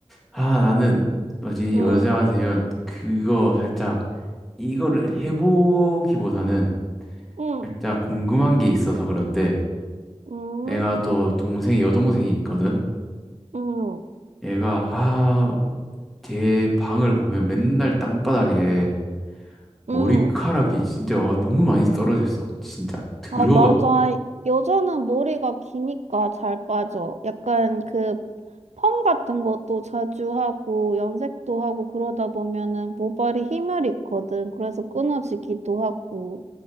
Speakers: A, in the centre; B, on the right (about 80°).
A: 아, 나는 뭐지?
B: 응,
A: 여자가 되면 그거 살짝 이거를 해보기보다는
B: 응,
A: 살짝 궁금한 게 있어서 그런데
B: 응,
A: 내가 또 동생이 여동생이 있거든.
B: 응,
A: 얘가 아, 걔 방을 보면 맨날 땅바닥에 머리카락이
B: 응.
A: 진짜 와, 너무 많이 떨어져 있어. 진짜 들어가
B: 아, 맞아. 여자는 머리가 기니까 잘 빠져. 약간 그 펌 같은 것도 자주 하고 염색도 하고 그러다 보면은 모발이 힘을 잃거든. 그래서 끊어지기도 하고.